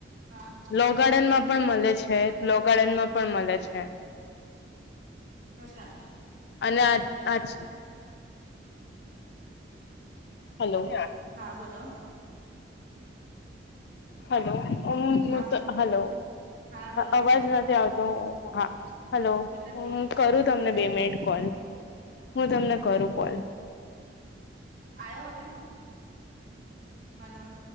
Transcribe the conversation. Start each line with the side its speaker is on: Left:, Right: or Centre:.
Right: હા
Left: લો ગાર્ડન માં પણ મળે છે. લો ગાર્ડન માં પણ મળે છે.
Right: અચ્છા
Left: અને આચ આચ હલો
Right: હા બોલો
Left: હલો હ
Right: હા
Left: તો હલો
Right: હા બોલો
Left: અવાજ નથી આવતો હા. હલો
Right: કદાચ
Left: હું
Right: નેટવર્ક
Left: કરું
Right: ના
Left: તમને
Right: લીધે
Left: બે
Right: ને
Left: મિનિટ કોલ હું તમને કરું કોલ.
Right: આવ્યો હવે હલો